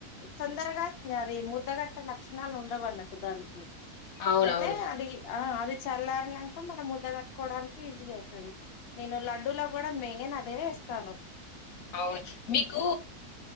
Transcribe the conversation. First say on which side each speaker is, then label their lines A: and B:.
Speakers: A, on the left; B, on the left.
A: తొందరగా ఇంగది ముద్దగట్టే లక్షణాలు ఉండవ్ అన్నట్టు దానికి
B: అవునవును.
A: ఐతే అదిగి ఆ అది చల్లార్ న్నాంక మనం ముద్ద కట్టుకోవడానికి ఈజీ అయితది, నేను లడ్డూ లో గుడా మెయిన్ అదే ఎస్తాను.
B: అవును మీకు,